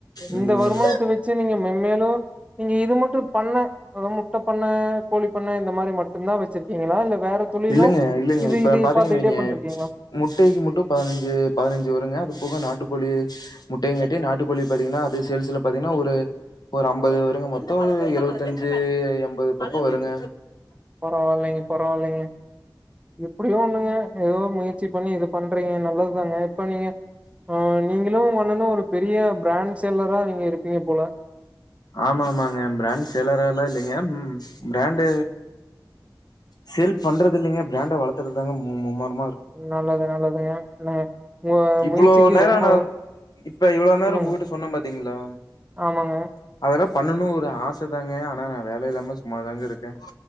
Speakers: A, on the right; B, on the left.
A: இந்த
B: ம்
A: வருமானத்த வச்சு நீங்க மென்மேலு நீங்க இது மட்டு பண்ண அது முட்ட பண்ண கோழி பண்ண இந்த மாரி மட்டுந்தா வச்சிருக்கீங்களா இல்ல வேற தொழிலு
B: இல்லங்க இல்லங்க
A: இது
B: இப்ப
A: இது
B: பாத்தீங்க
A: பாத்துக்கிட்டே
B: வைங்க
A: பண்ட்ருக்கீங்களா
B: முட்டக்கு மட்டு பதுனஞ்சு பதுனஞ்சு வருங்க அது போக நாட்டு கோழி முட்டயுங்கட்டி நாட்டுக்கோழி பாத்தீங்கன்னா அது சேல்ஸ்ல பாத்தீங்கன்னா ஒரு ஒரு அம்பது வருங்க மொத்தம் எழுவத்தஞ்சு எண்பது பக்க வருங்க
A: பரவால்லைங்க பரவால்லைங்க எப்புடியோ ஒன்னு ங்க ஏதோ முயற்சி பண்ணி இது பண்றீங்க நல்லதுதாங்க இப்ப நீங்க ஆ நீங்களு உங்க அண்ணனு ஒரு பெரிய பிராண்ட் செல்லரா நீங்க இருப்பீங்க போல
B: ஆமா ஆமாங்க ப்ராண்ட் சேலராலா இல்லி ங்க பிராண்ட் சேல் பண்றது இல்லிங்க ப்ராண்ட் வளத்துறதாங்க மூம்மர
A: நல்லது நல்லதுங்க ந உங்க
B: இவ்ளோ
A: முயற்சிக்கு
B: நேரம்
A: ரொம்ப
B: நா இப்ப இவ்ளோ நேர
A: சொல்லுங்க
B: உங்க கிட்ட சொன்ன பாத்தீங்ளா
A: ஆமாங்க
B: அதல்லா பண்ணனு ஒரு ஆச தாங்க ஆனா நா வேல இல்லாம சும்மா தாங்க இருக்க